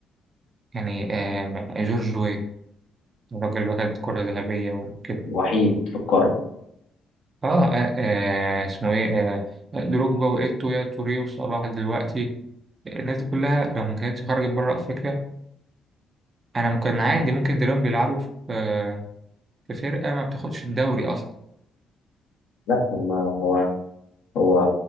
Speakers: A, on the right; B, on the left.
A: يعني آه جورج وي الراجل اللي واخد كرة ذهبية وكده
B: الوحيد في القارة
A: آه, آه, آه اسمه إيه آه دروجبا وإيتو يا توري وصلاح دلوقتي الناس دي كلها لو ما كانتش خرجت بره أفريقيا أنا كان عادي ممكن تلاقيهم بيلعبوا في آه، في فرقة ما بتاخدش الدوري أصلا
B: لا هما هو هو